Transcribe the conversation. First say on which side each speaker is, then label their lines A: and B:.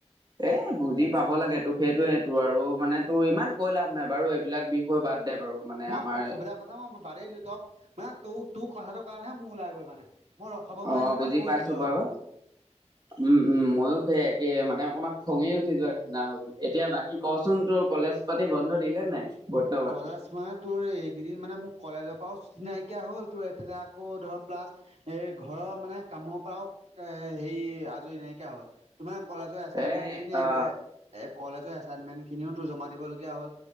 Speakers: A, on the right; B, on the right.
A: এ বুজি পাব লাগে তোক সেইটোয়ে তোৰ আৰু মানে তোৰ ইমান কৈ লাভ নাই বাৰু এইবিলাক বিষয় বাদ। দে বাৰু মানে
B: মই
A: আমাৰ
B: সুবিধাৰ কথা মই বাদি দিলো, তক মানে তোৰ তোৰ কথাটোৰ কাৰণেহে মোৰ ওলাই গল মানে। মই ৰখাব নোৱাৰি
A: অ
B: মানে
A: বুজি
B: কৈ
A: পাইছো
B: দিলোঁ আৰু
A: বাৰু,
B: তোকো
A: উম মইও সেই একে মানে অকমান খঙে উঠি যোৱা নিচিনা হৈ গ'ল। এতিয়া বাকী কচোন তোৰ কলেজ পাতি বন্ধ দিলে নাই? বৰ্তমান
B: কলেজ মানে তোৰ এইকেইদিন মানে মোৰ কলেজৰ পৰা ছুটি নাইকিয়া হ'ল, তোৰ এইফালে আকৌ ধৰ প্লাছ এ ঘৰৰ মানে কামৰ পৰাও এ হেৰি আজৰি নাইকিয়া হ'ল, তোমানে কলেজৰ এছাইনমেন্ট
A: এ
B: খিনি এ
A: অ
B: কলেজৰ এছাইনমেন্ট খিনিওটো জমা দিবলগীয়া হ'ল।